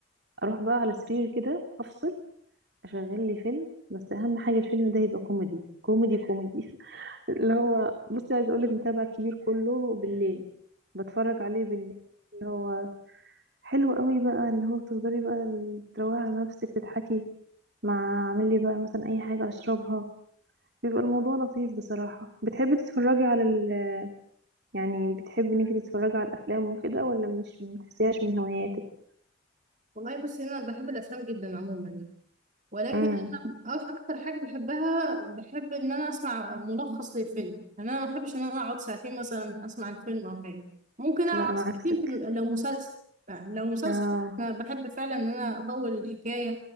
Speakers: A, on the right; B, on the right.
A: اروح بقى على سرير كده افصل اشغل لي فيلم بس اهم حاجه الفيلم ده يبقى كوميدي كوميدي كوميدي <laughs> اللي هو بصي عايز اقولك متابع كبير كله بالليل بتفرج عليه بالليل اللي هو حلو قوي بقى اللي هو تفضلي بقى تروقي على نفسك تضحكي مع اعمل لي بقى مثلا اي حاجه اشربها بيبقى الموضوع لطيف بصراحه بتحبي تتفرجي على ال... يعني بتحبي انك تتفرجي على الافلام وكده ولا مش بتحسيهاش من هواياتك
B: والله بس انا بحب الافلام جدا عموما يعني ولكن
A: امم
B: انا أك- اكتر حاجه بحبها بحب ان انا اسمع ملخص للفيلم يعني انا ما بحبش ان انا اقعد ساعتين مثلا اسمع الفيلم او حاجه ممكن اقعد
A: لا انا
B: ساعتين
A: عكسك
B: في ال- لو مسلسل يعني لو مسلسل
A: اه
B: أنا بحب فعلا ان انا اطول الحكايه